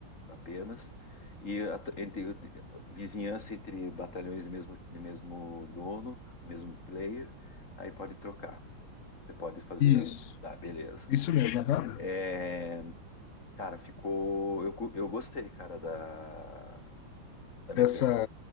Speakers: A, on the left (about 40°); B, on the left (about 85°).
A: apenas. E a- entre, vizinhança entre batalhões do mesmo, do mesmo dono, mesmo player, aí pode trocar. Você pode fazer,
B: Isso,
A: tá, beleza.
B: isso mesmo, aham.
A: É, cara, ficou. Eu, cu- eu gostei, cara, da, da mecânica.
B: Dessa,